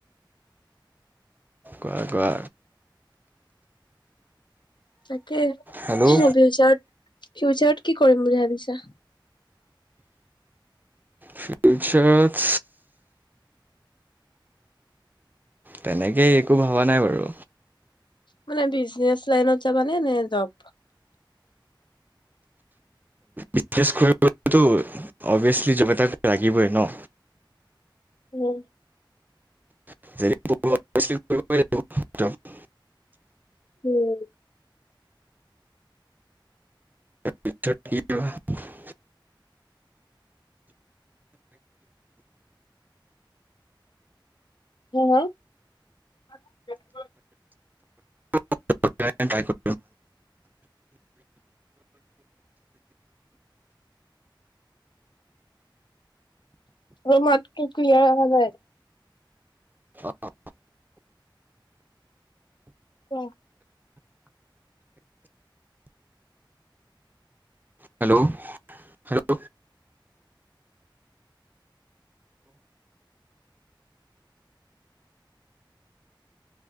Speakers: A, on the right; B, on the left.
A: কোৱা কোৱা
B: তাকে
A: হেল্ল'
B: ফিউচাৰত ফিউচাৰত কি কৰিম বুলি ভাবিছা?
A: ফিউচাৰ তেনেকে একো ভবা নাই বাৰু।
B: মানে বিজনেচ লাইনত যাবানে নে, নে জব?
A: বিজনেছ কৰিবলেটো অবিয়েচলি যিপ এটা লাগিবই ন।
B: উম
A: <unintelligible>
B: উম
A: পছাঠ <unintelligible>
B: হ হা <unintelligible> উ <unintelligible>
A: <unintelligible>
B: ৰ মাতকে কিয়া অহা নাই <unintelligible>
A: অঁ
B: অ <inaudible>
A: হেল্ল' হেল্ল'